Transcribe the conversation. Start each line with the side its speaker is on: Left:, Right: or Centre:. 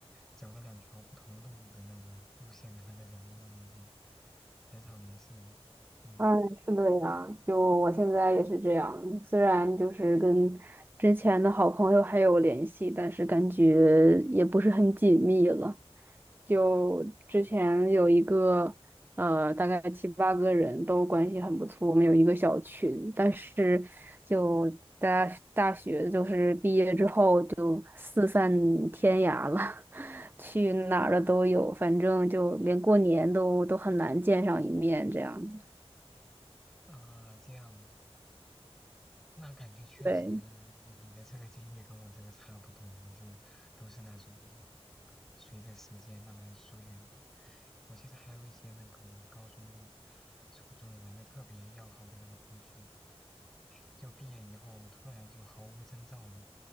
Centre: 走了两条不同路的那个路线的那个人了，已经很少联系了。嗯
Right: 哎，是的呀，就我现在也是这样，虽然就是跟之前的好朋友还有联系，但是感觉也不是很紧密了。就之前有一个呃，大概七八个人都关系很不错，我们有一个小群，但是就大大学就是毕业之后就四散天涯了，<laughs> 去哪儿的都有，反正就连过年都都很难见上一面这样子。
Centre: 啊，这样，那感觉确实
Right: 对。
Centre: 你你的这个经历跟我这个差不多，我就都是那种随着时间慢慢疏远的。我记得还有一些那个我高中、初中玩的特别要好的那个同学，就毕业以后突然就毫无征兆的